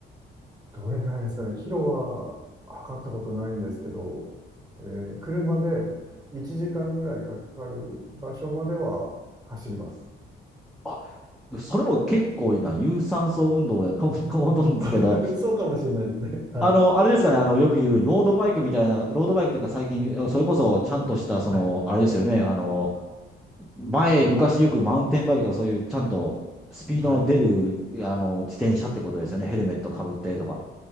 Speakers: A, on the right; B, in the centre.
A: どれぐらいですかね。キロは測ったことないんですけど、えー、車で1時間ぐらいかかる場所までは走ります。
B: あ、それも結構な有酸素運動だと思うんですけど、
A: <laughs> そうかもしれないですね。はい、
B: あの、あれですかね、あの、よく言うロードバイクみたいな、ロードバイクというか最近、それこそちゃんとした、その、
A: はい、
B: あれですよね、あの、前、昔よくマウンテンバイクとかそういうちゃんとスピードの出る、
A: はい。はい
B: あの、自転車ってことですよね。ヘルメットかぶってとか。